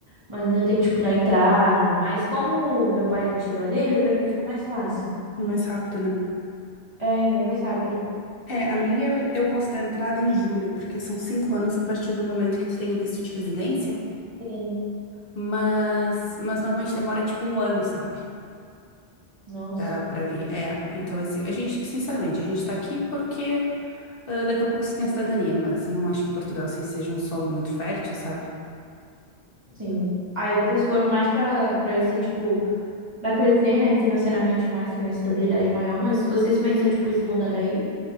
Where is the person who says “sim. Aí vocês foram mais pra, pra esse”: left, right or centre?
Right